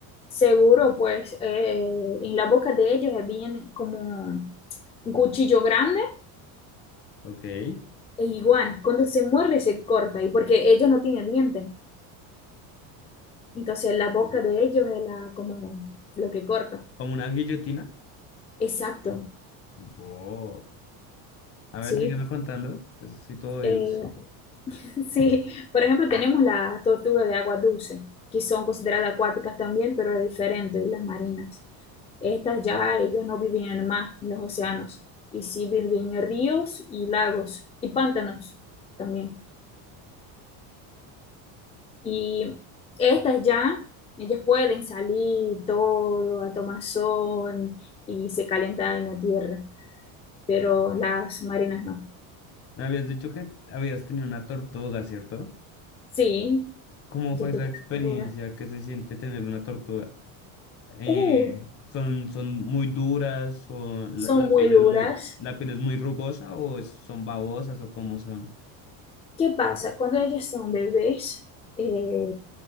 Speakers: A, on the left (about 15°); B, on the left (about 30°).
A: Seguro, pues eh, en la boca de ellos es bien como un cuchillo grande
B: Ok. Sí.
A: e igual, cuando se muerde se corta y porque ellos no tienen dientes, entonces la boca de ellos es la, como lo que corta.
B: ¿Como una guillotina?
A: Exacto,
B: Wow. A
A: sí.
B: ver, sígueme contando. Entonces, soy todo oídos.
A: Eh, <laughs> sí, por ejemplo, tenemos la tortuga de agua dulce, que son consideradas acuáticas también, pero es diferente de las marinas. Estas ya, ellas no viven en el mar, en los océanos, y sí viven en ríos y lagos y pantanos también. Y estas ya, ellas pueden salir todo a tomar sol y se calentar en la tierra, pero las marinas no.
B: Me habías dicho que habías tenido una tortuga, ¿cierto?
A: Sí,
B: ¿Cómo
A: yo
B: fue esa
A: tuve
B: experiencia
A: una duda.
B: que se siente tener una tortuga? Eh,
A: Uh,
B: ¿son, son muy duras o la,
A: son
B: la
A: muy
B: piel
A: duras.
B: es muy, la piel es muy rugosa o es- son babosas o cómo son?
A: ¿Qué pasa? Cuando ellas son bebés, eh,